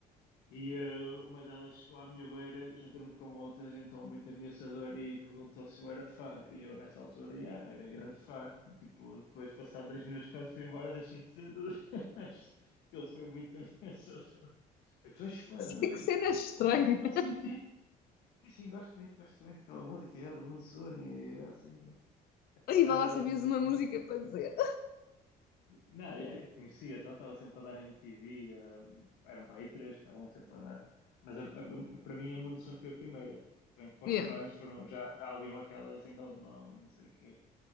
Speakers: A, on the left; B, on the left.
A: E eh, uma delas chegou à minha beira, juntamente com outras, então muito ameaçadora, e perguntou se eu era fã. E eu, nessa altura, yeah, era grande fã. Tipo, depois, passado 10 minutos, quando fui embora, deixei de ser. Tudo. <laughs> Acho que ele foi muito ameaçador. Tu és fã,
B: Sei
A: não é?
B: que cena estranha.
A: <laughs> Sim, sim. Sim, sim, sim, gosto muito, gosto muito daquela música, yeah, da Monsoon, e assim gosto.
B: E
A: Ahm,
B: vai lá, sabias uma música para dizer.
A: Não, yeah, eu conhecia, então estava sempre a dar na MTV, eh, eram para aí três que estavam sempre a dar. Mas a- a- para mim a Monsoon foi a primeira. Se bem que para
B: Yeah.
A: os fãs foram, já, já ouviam aquelas em alemão e não sei o quê.